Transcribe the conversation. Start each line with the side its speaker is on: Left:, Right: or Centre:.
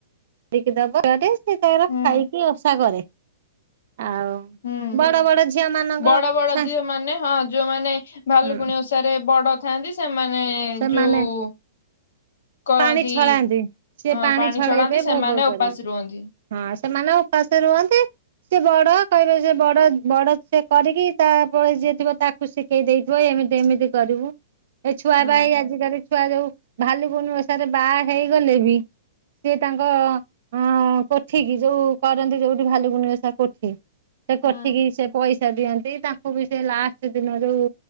Right: କି ଦବ କରେ ସେ ତାର
Left: ହୁଁ
Right: ଖାଇକି ଓଷା କରେ ଆଉ
Left: ହୁଁ
Right: ବଡ ବଡ ଝିଅ ମାନଙ୍କ
Left: ବଡ ବଡ
Right: ସା
Left: ଝିଅ ମାନେ ହଁ ଯୋଉମାନେ ଭାଲୁକୁଣି
Right: ହୁଁ
Left: ଓଷାରେ ବଡ ଥାଆନ୍ତି ସେମାନେ
Right: ସେମାନେ
Left: ଯୋଉ କରନ୍ତି
Right: ପାଣି ଛଳାନ୍ତି ସେ
Left: ଅ
Right: ପାଣି ଛଳେଇବେ
Left: ଛଡାନ୍ତି ସେମାନେ
Right: ଭୋଗ କରିବେ
Left: ଉପାସ ରୁହନ୍ତି।
Right: ହଁ ସେମାନେ ଉପାସ ରୁହନ୍ତି ସେ ବଡ କହିବେ ସେ ବଡ ବଡ ସେ କରିକି ତାପରେ ଯିଏ ଥିବ ତା କୁ ସିକେଇ ଦେଇଥିବ ଏମିତି ଏମିତି କରିବୁ ଏ ଛୁଆ
Left: ହଁ
Right: ବା ଏଇ ଆଜିକାଲି ଛୁଆ ଯୋଉ ଭାଲୁକୁଣୀ ଓଷାରେ ବାହା ହେଇଗଲେ ବି ସିଏ ତାଙ୍କ ଅ କୋଠି କି ଯୋଉ କରନ୍ତି ଯୋଉଠି ଭାଲୁକୁଣି ଓଷା କୋଠି ସେ କୋଠିକି
Left: ହୁଁ
Right: ସେ ପଇ ସା ଦିଅନ୍ତି ତାଙ୍କୁ ବି ସେ ଲାଷ୍ଟ ଦିନ ଯୋଉ